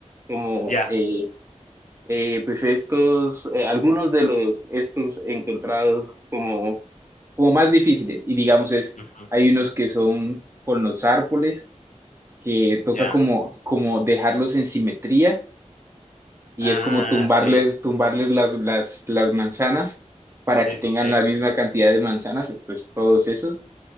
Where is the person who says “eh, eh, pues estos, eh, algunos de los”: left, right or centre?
Right